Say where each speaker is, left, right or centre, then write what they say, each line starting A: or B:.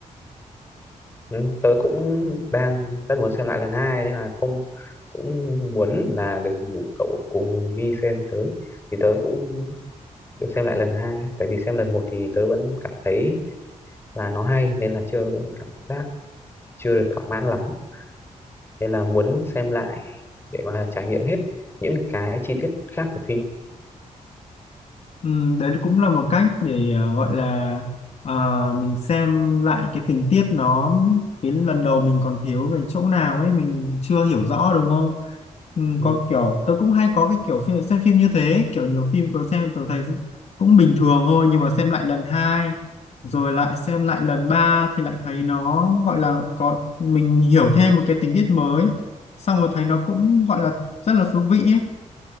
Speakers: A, on the left (about 15°); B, on the left (about 55°).
A: Ừ. tớ cũng đang rất muốn xem lại lần hai nên là không cũng muốn là được rủ cậu cùng đi xem với tớ thì tớ cũng được xem lại lần hai tại vì xem lần một thì tớ vẫn cảm thấy là nó hay nên là chưa có một cảm giác chưa được thỏa mãn lắm nên là muốn xem lại để mà trải nghiệm hết những cái chi tiết khác của phim
B: Ừ, đấy cũng là một cách để ờ, gọi là ờ, mình xem lại cái tình tiết nó cái lần đầu mình còn thiếu về chỗ nào ấy mình chưa hiểu rõ đúng không? Ừ,
A: ừ.
B: có kiểu tôi cũng hay có cái kiểu phim, xem phim như thế kiểu nhiều phim tôi xem tôi thấy cũng bình thường thôi nhưng mà xem lại lần hai rồi lại xem lại lần ba thì lại thấy nó gọi là có mình hiểu thêm một cái tình tiết mới xong rồi thấy nó cũng gọi là rất là thú vị ấy.